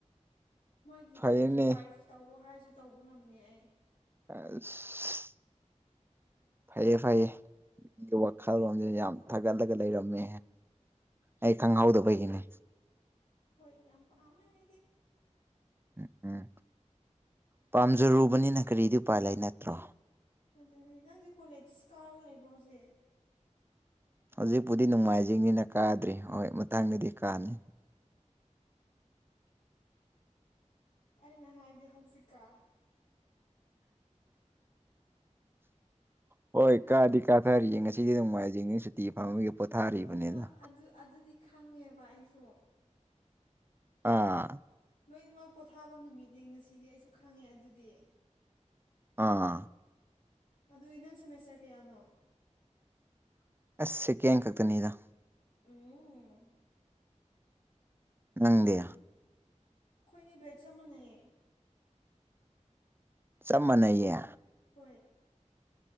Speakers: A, on the left; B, on the right.
A: ꯃ‌ꯣꯏꯒꯤ
B: ꯐꯩꯌꯦꯅꯦ
A: ꯊꯥꯔꯇꯤ ꯋꯥꯏꯐ ꯇꯧꯋꯣ ꯍꯥꯏꯔꯁꯨ ꯇꯧꯕ ꯉꯝꯅꯤ ꯑꯩ
B: ꯑꯁ ꯐꯩꯌꯦ ꯐꯩꯌꯦ ꯗꯨ ꯋꯥꯈꯜꯂꯣꯟꯁꯦ ꯌꯥꯝ ꯊꯥꯒꯠꯂꯒ ꯂꯩꯔꯝꯃꯦ ꯑꯩ ꯈꯪꯍꯥꯎꯗꯕꯩꯒꯤꯅꯦ
A: ꯍꯣꯏ ꯌꯥꯝ ꯄꯥꯝꯃꯦ ꯑꯩꯗꯤ
B: ꯎꯝ ꯎꯝ ꯄꯥꯝꯖꯔꯨꯕꯅꯤꯅ ꯀꯔꯤꯗꯤ ꯎꯄꯥꯏ ꯂꯩ ꯅꯠꯇ꯭ꯔꯣ
A: ꯑꯗꯨꯅꯦ ꯅꯪꯁꯦ ꯀꯣꯂꯦꯖ ꯀꯥꯔꯒ ꯂꯩꯕ꯭ꯔꯣ ꯍꯧꯖꯤꯛ
B: ꯍꯧꯖꯤꯛꯄꯨꯗꯤ ꯅꯣꯡꯃꯥꯏꯖꯤꯡꯅꯤꯅ ꯀꯥꯗ꯭ꯔꯤ ꯍꯣꯏ ꯃꯇꯥꯡꯗꯗꯤ ꯀꯥꯅꯤ
A: ꯑꯩꯅ ꯍꯥꯏꯕꯗꯤ ꯍꯧꯖꯤꯛꯀꯥꯟ
B: ꯍ‌ꯣꯏ ꯀꯥꯗꯤ ꯀꯥꯅꯔꯤꯌꯦ ꯉꯁꯤꯗꯤ ꯅ‌ꯣꯡꯃꯥꯏꯖꯤꯡ ꯅꯤꯅ ꯁꯨꯇꯤ ꯐꯪꯕꯒꯤ ꯄꯣꯊꯥꯔꯤꯕꯅ‌ꯦꯗ
A: ꯍꯣꯏ ꯍꯣꯏ ꯑꯗꯨ ꯑꯗꯨꯗꯤ ꯈꯪꯉꯦꯕ ꯑꯩꯁꯨ
B: ꯑꯥ
A: ꯂꯣꯏꯅꯃꯛ ꯄꯣꯊꯥꯕ ꯅꯨꯃꯤꯠꯅꯦ ꯉꯁꯤꯗꯤ ꯑꯩꯁꯨ ꯈꯪꯉꯦ ꯑꯗꯨꯗꯤ
B: ꯑꯥ
A: ꯑꯗꯨꯗꯤ ꯅꯪ ꯁꯦꯃꯦꯁꯇꯔ ꯀꯌꯥꯅꯣ
B: ꯑꯁ ꯁ‌ꯦꯀꯦꯟ ꯈꯛꯇꯅꯤꯗ
A: ꯎꯝ
B: ꯅꯪꯗꯤ
A: ꯈꯣꯏꯅꯤ ꯚꯦꯖ ꯑꯃꯅ‌ꯦ
B: ꯆꯞ ꯃꯥꯟꯅꯩꯌꯦ
A: ꯍꯣꯏ